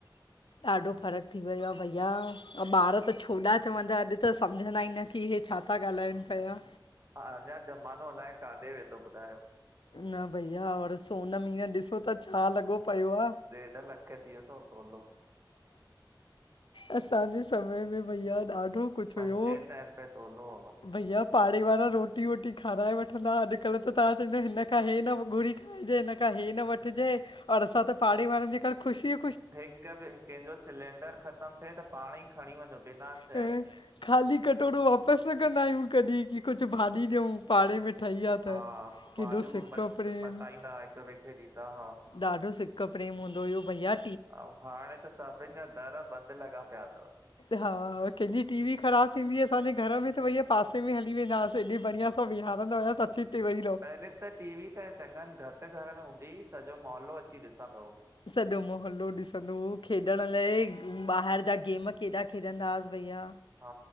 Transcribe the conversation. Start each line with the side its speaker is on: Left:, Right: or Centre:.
Left: ॾाढो फ़र्कु थी वियो आ भईया, ॿार त छोॾा चवंदा अॼु त सम्झंदा ई न। कि हे छा ता ॻाल्हाइनि पिया।
Right: हा अञा ज़मानो अलाए काॾे वेंदो? ॿुधायो
Left: न भईया और सोनम हीअं ॾिसो त छा लॻो पयो आ।
Right: ॾेढ लख थी वियो अथव तोलो।
Left: असांजे समय में भईया ॾाढो कुझु
Right: पंजे
Left: हुयो
Right: सैए रुपये तोलो होव।
Left: भैया पाड़े वारा रोटी वोटी खाराए वठंदा। अॼु कल्ह त तव्हां चोदह, हिन खां हे न घुरी खाइजे, हिन खां हे न वठिजे ओर असां त पाड़े वारनि जे घर ख़ुशी
Right: हिक ॿि कंहिंजो सिलेंडर ख़तमु थिए त पाण ई खणी वञो बिना चए।
Left: ऐं ख़ाली कटोरो वापसि न कंदा आहियूं। कॾहिं की कुझु भाॼी ॾियूं। पाढ़े में ठही आहे तां
Right: हा
Left: केॾो
Right: भाॼियूं
Left: सिक
Right: म
Left: प्रेम।
Right: मटाईंदा हिक ॿिए खे ॾींदा हा
Left: ॾाढो सिक प्रेम हूंदो हुयो भईया।
Right: ऐं हाणे त सभिनि जा दर बंद लॻा पिया तव।
Left: हा कंहिंजी टी वी ख़राबु थींदी असांजे घर में त भईया पासे में हली वेंदास। हेॾी बढ़या सां बिहारंदो सची तवई
Right: पहले त टीवी त चङनि घटि घर में हूंदी हुई सॼो मौहलो अची ॾिसंदो
Left: सॼो मोहल्लो ॾिसंदो हो खेॾण लाइ ॿाहिरि जा गेम केॾा खेॾंदा हास भईया।
Right: हा